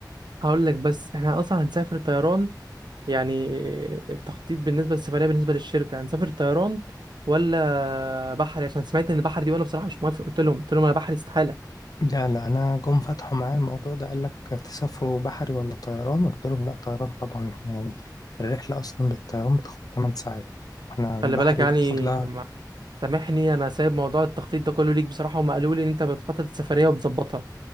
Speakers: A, on the right; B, on the left.
A: هقول لك بس احنا اصلا هنسافر طيران يعني التخطيط بالنسبه للسفريه بالنسبه للشركه هنسافر طيران ولا بحري عشان سمعت ان البحر دي وانا بصراحه مش موافق قلت لهم قلت لهم انا بحري استحاله
B: لا لا انا جم فتحوا معايا الموضوع ده قال لك تسافروا بحري ولا طيران قلت لهم لا طيران طبعا احنا الرحله اصلا بالطيران بتاخد 8 ساعات احنا
A: خلي
B: بحري
A: بالك يعني
B: بتاخد لها
A: ما- سامحني انا سايب موضوع التخطيط ده كله ليك بصراحه هم قالوا لي ان انت بتخطط السفريه وبتظبطها